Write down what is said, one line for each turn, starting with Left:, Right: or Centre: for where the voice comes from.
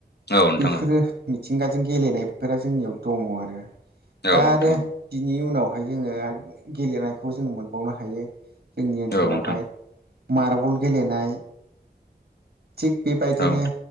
Left: औ नोंथां
Right: बैफोरो
Left: औ
Right: मिथिंगाजों गेलेनायफोरा जोंनियाव दङ आरो। दा
Left: औ नोंथां औ नोंथां
Right: आरो बिनि उनावहाय जोङो आरो गेलेनायखौ जों मोनबावनो हायो। जोंनि ओनसोलावहाय
Left: औ नोंथां औ नोंथां
Right: मार्बल गेलेनाय। थिग बेबायदिनो
Left: औ